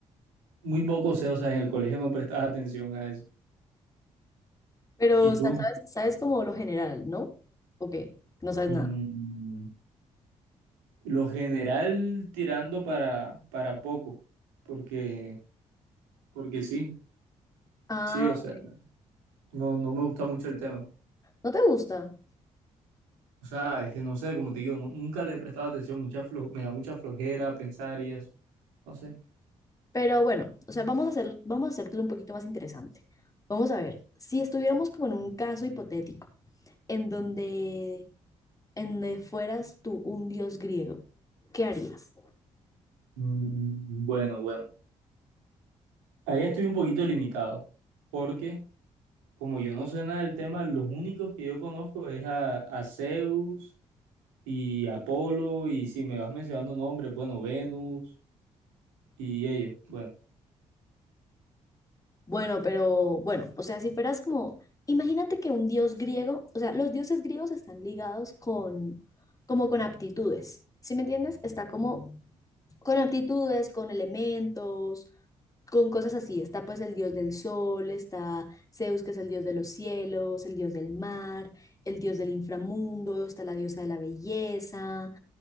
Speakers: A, on the right (about 85°); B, on the left (about 20°).
A: muy poco sé, o sea, en el colegio no prestaba atención a eso.
B: Pero,
A: ¿Y
B: o
A: tú?
B: sea, ¿sabes, sabes como lo general, ¿no? ¿O qué? No sabes
A: Mm,
B: nada.
A: lo general tirando para, para poco, porque, porque sí,
B: Ah,
A: sí, o sea,
B: ok.
A: no, no me gusta mucho el tema.
B: ¿No te gusta?
A: O sea, es que no sé, como te digo, nu- nunca le he prestado atención, mucha flo- me da mucha flojera pensar y eso, no sé.
B: Pero bueno, o sea, vamos a hacer, vamos a hacértelo un poquito más interesante. Vamos a ver, si estuviéramos como en un caso hipotético, en donde, en donde fueras tú un dios griego, ¿qué harías?
A: Mm, bueno, bueno, ahí estoy un poquito limitado, porque como yo no sé nada del tema, los únicos que yo conozco es a, a Zeus y Apolo, y si me vas mencionando nombres, bueno, Venus y ellos. Bueno,
B: Bueno, pero bueno, o sea, si fueras como, imagínate que un dios griego, o sea, los dioses griegos están ligados con, como con aptitudes, ¿sí me entiendes? Está como con aptitudes, con elementos, con cosas así. Está pues el dios del sol, está Zeus, que es el dios de los cielos, el dios del mar, el dios del inframundo, está la diosa de la belleza,